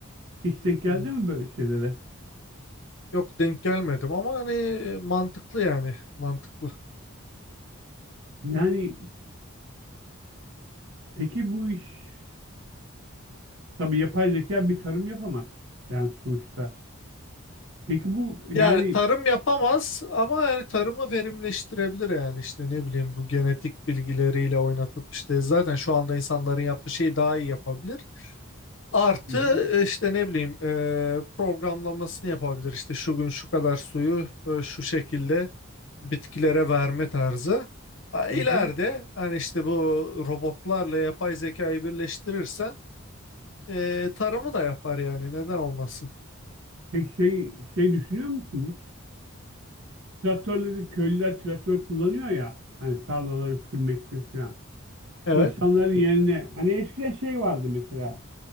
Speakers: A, on the right (about 60°); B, on the left (about 60°).
A: Hiç denk geldi
B: Hmm.
A: mi böyle şeylere?
B: Yok denk gelmedim ama hani mantıklı yani mantıklı.
A: Yani peki bu iş tabii yapay zeka bir tarım yapamaz yani sonuçta. Peki bu yani
B: Yani tarım yapamaz ama yani tarımı verimleştirebilir yani işte ne bileyim bu genetik bilgileriyle oynatıp işte zaten şu anda insanların yaptığı şeyi daha iyi yapabilir. Artı
A: Hı hı.
B: e, işte ne bileyim e, programlamasını yapabilir işte şu gün şu kadar suyu e, şu şekilde bitkilere verme tarzı. Ha,
A: Hı
B: İleride
A: hı.
B: hani işte bu robotlarla yapay zekayı birleştirirsen e, tarımı da yapar yani neden olmasın.
A: Peki şey şey düşünüyor musun hiç? Traktörleri köylüler traktör kullanıyor ya hani tarlaları sürmek için falan.
B: Evet,
A: İnsanların yerine hani eskiden şey vardı mesela